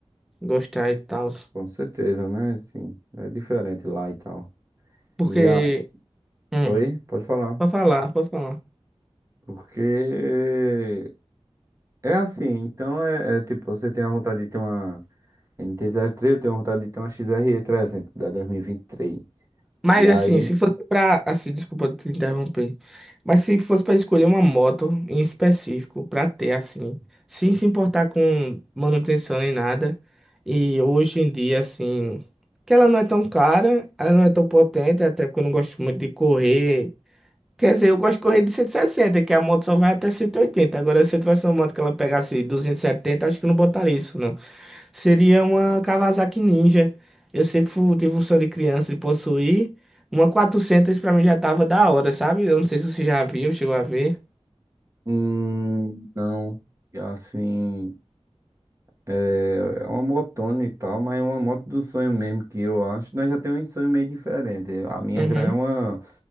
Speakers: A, in the centre; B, on the right.
A: gostar e tal.
B: Com certeza, né? Sim, é diferente lá e tal.
A: Porque,
B: E a...
A: hum,
B: Oi, pode falar.
A: pode falar, pode falar.
B: Porque é assim, então é, é tipo, você tem a vontade de ter uma mt três eu tenho vontade de ter uma XR300 da 2023. E vinte e
A: Mas
B: três. E aí,
A: assim, se fosse pra. Assim, desculpa te interromper. Mas se fosse pra escolher uma moto em específico pra ter, assim, sem se importar com manutenção nem nada. E hoje em dia, assim, que ela não é tão cara, ela não é tão potente, até porque eu não gosto muito de correr. Quer dizer, eu gosto de correr de cento e sessenta que a moto só vai até cento e oitenta Agora, se eu tivesse uma moto que ela pegasse duzentos e setenta acho que eu não botaria isso, Seria uma Kawasaki Ninja. Eu sempre fu- tive um sonho de criança de possuir. Uma 400 pra mim já tava da hora, sabe? Eu não sei se você já viu, chegou a ver.
B: hum, não, e assim... É é uma motona e tal, mas é uma moto do sonho mesmo que eu acho. Nós já temos um sonho meio diferente. A minha
A: Uhum.
B: já é uma,